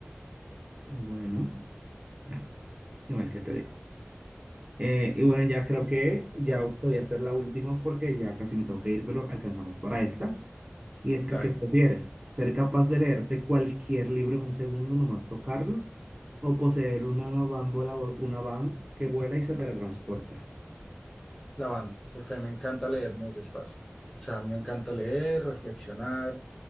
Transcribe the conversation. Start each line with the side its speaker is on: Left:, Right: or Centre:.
Right: Bueno, claro, igual que te digo. Eh, y bueno, ya creo que ya te voy a hacer la última porque ya casi me tengo que ir, pero alcanzamos para esta. Y es que,
Left: Dale,
Right: ¿qué prefieres? ¿Ser capaz de leerte cualquier libro en un segundo, nomás tocarlo? ¿O poseer una van, vola- una van que vuela y se teletransporta?
Left: la van, porque a mí me encanta leer muy despacio. O sea, me encanta leer, reflexionar,